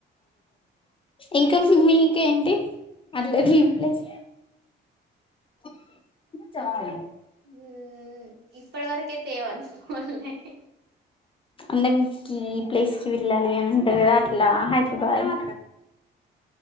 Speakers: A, on the left; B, on the right.
A: ఇంకా మీక ఏంటి అట్లే డ్రీమ్ ప్లేస్ <unintelligible>
B: ఉ ఇప్పటి వరకైతేవనుకోలని
A: అంటే మీకు ఈ ప్లేస్కిి వెళ్ళాలి అని అంటారు కదా అట్లా హైదరాబాద్